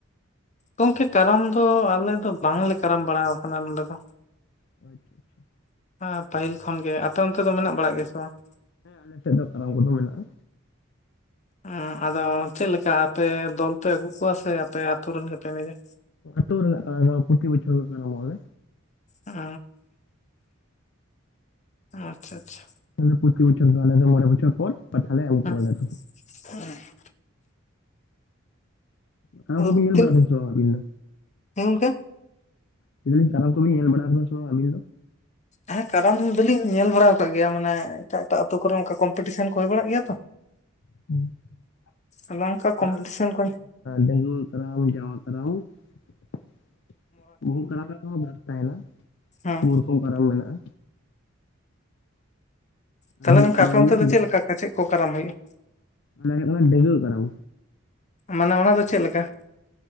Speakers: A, on the left; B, on the left.
A: ᱜᱚᱝᱠᱮ ᱠᱟᱨᱟᱢ ᱫᱚ ᱟᱞᱮ ᱫᱚ ᱵᱟᱝᱞᱮ ᱠᱟᱨᱟᱢ ᱵᱟᱲᱟᱣ ᱠᱟᱱᱟ ᱱᱚᱰᱮ ᱫᱚ᱾
B: <inaudible>
A: ᱟ ᱯᱟᱹᱦᱤᱞ ᱠᱷᱚᱱ ᱜᱮ ᱟᱯᱮ ᱚᱱᱛᱮ ᱫᱚ ᱢᱮᱱᱟᱜ ᱵᱟᱲᱟᱜ ᱜᱮᱭᱟ ᱥᱮ ᱵᱟᱝ?
B: ᱦᱮᱸ ᱟᱞᱮ ᱥᱮᱫ ᱫᱚ ᱠᱟᱨᱟᱢ ᱠᱚᱫᱚ ᱢᱮᱱᱟᱜᱼᱟ
A: ᱮᱸ ᱟᱫᱚ ᱪᱮᱫ ᱞᱮᱠᱟ ᱟᱯᱮ ᱫᱚᱞ ᱯᱮ ᱟᱹᱜᱩ ᱠᱚᱣᱟ ᱥᱮ ᱟᱯᱮ ᱟᱛᱳ ᱨᱮᱱ ᱜᱮᱯᱮ ᱮᱱᱮᱡᱟ?
B: ᱟᱛᱳ ᱨᱮᱱᱟᱜ ᱯᱳᱛᱤ ᱵᱚᱪᱷᱚᱨ ᱦᱩᱭᱩᱜ ᱠᱟᱱᱟ ᱱᱚᱶᱟ ᱜᱮ
A: ᱟᱸ ᱟᱪᱪᱷᱟ ᱟᱪᱪᱷᱟ᱾
B: <unintelligible> ᱯᱨᱚᱛᱤ ᱵᱚᱪᱷᱚᱨ ᱫᱚ ᱟᱞᱮ ᱫᱚ ᱢᱚᱬᱮ ᱵᱚᱪᱚᱨ ᱯᱚᱨ ᱯᱟᱴᱷᱟ ᱞᱮ ᱮᱢ
A: ᱦᱮᱸ
B: ᱠᱩᱣᱟᱞᱮ ᱾
A: <unintelligible>
B: ᱠᱟᱨᱟᱢ
A: ᱟᱫᱚ
B: ᱠᱚ ᱵᱤᱱ ᱧᱮᱞ
A: ᱛᱤᱱ
B: ᱵᱟᱲᱟ ᱥᱮ ᱵᱟᱝ ᱟᱵᱤᱱ ᱫᱚ?
A: ᱦᱮᱸ ᱜᱚᱝᱠᱮ
B: ᱞᱟᱹᱭ ᱫᱟᱞᱤᱧ ᱠᱟᱨᱢ ᱠᱚ ᱵᱤᱱ ᱧᱮᱞ ᱵᱟᱲᱟ ᱠᱟᱫᱟ ᱥᱮ ᱵᱟᱝ ᱟᱹᱵᱤᱱ ᱫᱚ᱾
A: ᱦᱮᱸ ᱠᱟᱨᱟᱢ ᱫᱚ ᱞᱤᱧ ᱧᱮᱞ ᱵᱟᱲᱟᱣ ᱠᱟᱫ ᱜᱮᱭᱟ ᱢᱟᱱᱮ ᱮᱴᱟᱜ ᱮᱴᱟᱜ ᱟᱛᱳ ᱠᱚᱨᱮ ᱚᱱᱠᱟ ᱠᱚᱢᱯᱤᱴᱤᱥᱮᱱ ᱠᱚ ᱦᱩᱭ ᱵᱟᱲᱟᱜ ᱜᱮᱭᱟ ᱛᱚ
B: <unintelligible>
A: ᱟᱫᱚ ᱚᱱᱠᱟ ᱠᱚᱢᱯᱤᱴᱤᱥᱮᱱ ᱠᱚ
B: ᱰᱟᱸᱹᱜᱩᱣᱟᱹ ᱠᱟᱨᱟᱢ ᱡᱟᱣᱟ ᱠᱟᱨᱟᱢ <unintelligible> ᱵᱚᱦᱩ ᱠᱟᱨᱟᱢ ᱨᱮᱱᱟᱜᱼᱦᱚᱸ ᱵᱷᱟᱜᱽ ᱛᱟᱦᱮᱸᱱᱟ᱾
A: ᱦᱮᱸ
B: ᱵᱩᱦᱩ ᱨᱚᱠᱚᱢ ᱠᱟᱨᱟᱢ ᱢᱮᱱᱟᱜᱼᱟ᱾ ᱟᱞᱮ
A: ᱛᱟᱦᱚᱞᱮ
B: ᱫᱚᱞᱮ
A: ᱜᱚᱢᱠᱮ
B: ᱠᱚᱨᱟᱣ
A: ᱟᱯᱮ ᱚᱱᱛᱮ
B: ᱜᱮᱭᱟ
A: ᱫᱚ ᱪᱮᱫ ᱞᱮᱠᱟ ᱪᱮᱫ ᱠᱚ ᱠᱟᱨᱟᱢ ᱦᱩᱭᱩᱜᱼᱟ?
B: ᱢᱟᱱᱮ ᱦᱩᱭᱩᱜ ᱠᱟᱱᱟ ᱰᱟᱸᱹᱜᱩᱣᱟᱹ ᱠᱟᱨᱟᱢ
A: ᱢᱟᱱᱮ ᱚᱱᱟ ᱫᱚ ᱪᱮᱫ ᱞᱮᱠᱟ?